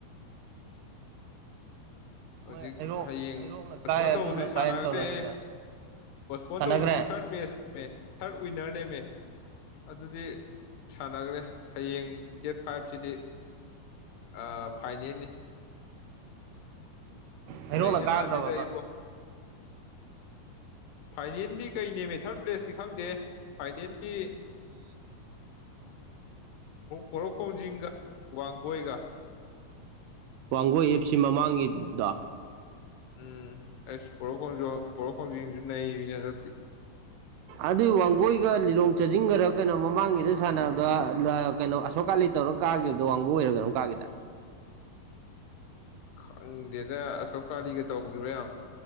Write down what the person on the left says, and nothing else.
ꯍꯧꯖꯤꯛ
ꯍꯌꯦꯡ
ꯄꯣꯁꯄꯣꯟ
ꯇꯧꯕꯗꯨꯗꯤ
ꯁꯥꯟꯅꯈ꯭ꯔꯦ
ꯄꯣꯁꯄꯣꯟ
ꯇꯧꯕꯗꯨꯗꯤ ꯊꯥꯔꯠ ꯃꯦꯠꯆꯅꯦꯃꯦ ꯊꯥꯔꯠ ꯋꯤꯟꯅꯔ ꯅꯦꯝꯃꯦ ꯑꯗꯨꯗꯤ ꯁꯥꯟꯅꯈ꯭ꯔꯦ ꯍꯌꯦꯡ ꯗꯦꯠ ꯐꯥꯏꯚꯁꯤꯗꯤ ꯑ ꯐꯥꯏꯅꯦ
ꯂꯩ ꯂꯩꯗ
ꯃꯥꯖꯤꯦꯗꯏꯕꯣ ꯐꯥꯏꯅꯦꯜꯗꯤ ꯀꯩꯅꯦ ꯃꯦꯊꯔꯠ ꯄ꯭ꯂꯦꯁꯇꯤ ꯈꯪꯗꯦ ꯀꯥꯏꯗꯤꯗꯤ ꯄꯔꯣꯈꯣꯡꯖꯤꯡꯒ ꯋꯥꯒꯣꯏꯒ
ꯎꯝ ꯑꯁ ꯄꯔꯈꯁꯨ ꯄꯔꯈꯅ ꯆꯇꯤ
ꯈꯪꯗꯦꯗ ꯑꯁꯣꯛ ꯀꯥꯂꯤꯒ ꯇꯧꯔꯣ ꯌꯥꯝ